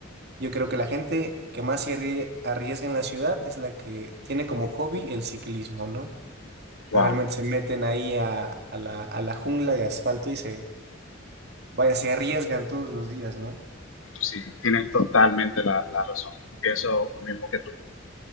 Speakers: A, on the right (about 55°); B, on the left (about 85°).
A: Yo creo que la gente que más se arrie- arriesga en la ciudad es la que tiene como hobby el ciclismo, ¿no?
B: Wow,
A: sea, realmente se meten ahí a, a la, a la jungla de asfalto y se, vaya, se arriesgan todos los días, ¿no?
B: sí, tienes totalmente la, la razón. Pienso lo mismo que tú.